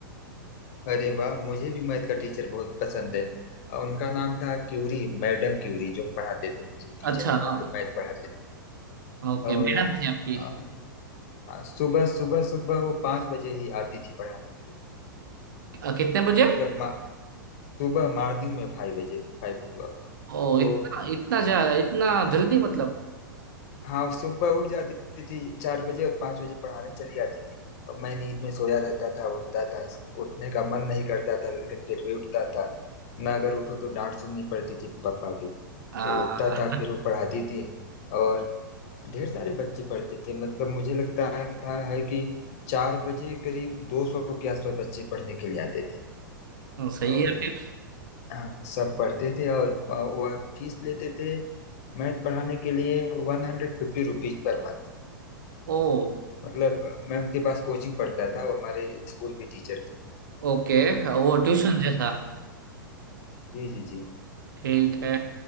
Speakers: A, on the left; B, on the right.
A: अरे वाह मुझे भी मैथ का टीचर बहुत पसंद है अ, उनका नाम था क्यूरी मैडम क्यूरी जो पढ़ाते थे मुझे टीचर
B: अच्छा हाँ
A: मतलब मैथ पढ़ाते थे
B: ओके
A: और
B: मैडम थी आपकी
A: अ, सुबह सुबह सुबह वो पाँच बजे ही आती थी पढ़ाने के लिए
B: अ, कितने बजे
A: मतलब मा, सुबह मॉर्निंग में फाइव बजे फाइव ओ क्लॉक
B: ओ
A: तो
B: इतना इतना जा इतना जल्दी मतलब
A: हाँ सुबह उठ जाती थी चार बजे और पाँच बजे पढ़ाने चली जाती थी अब मैं नींद में सोया रहता था उठता था उठने का मन नहीं करता था लेकिन फिर भी उठता था ना अगर उठो तो डांट सुननी पड़ती थी पापा की
B: आ,
A: तो उठता था फिर वो पढ़ाती थी और ढेर सारे बच्चे पढ़ते थे मतलब मुझे लगता था है कि चार बजे करीब दो सौ के आसपास बच्चे पढ़ने के लिए आते थे
B: सही
A: और
B: है फिर
A: हाँ, सब पढ़ते थे और वह फीस लेते थे मैथ पढ़ाने के लिए वन हंड्रेड फिफ्टी रुपीज पर मंथ
B: ओ
A: मतलब मैं उनके पास कोचिंग पढ़ता था वो हमारे स्कूल भी टीचर थे
B: ओके वो ट्यूशन
A: तो
B: जैसा
A: जी जी जी
B: ठीक है